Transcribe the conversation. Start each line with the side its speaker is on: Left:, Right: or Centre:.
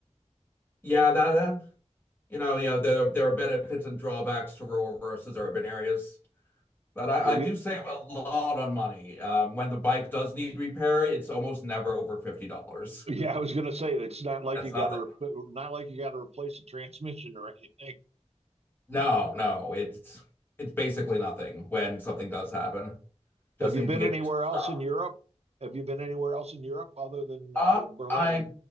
Left: yeah. That You know, you know, there there are benefits and drawbacks to rural versus urban areas. But I,
Right: Have
Left: I do
Right: you?
Left: save a lot on money. Um, when the bike does need repair, it's almost never over $50.
Right: Yeah, I was gonna say it's not like
Left: That's
Right: you got
Left: nothing.
Right: to repl not like you got to replace a transmission or anything.
Left: No, no, it's it's basically nothing when something does happen. Just
Right: Have
Left: need
Right: you been
Left: to get
Right: anywhere
Left: it to the
Right: else
Left: shop.
Right: in Europe? Have you been anywhere else in Europe other than uh,
Left: Uh,
Right: Berlin?
Left: I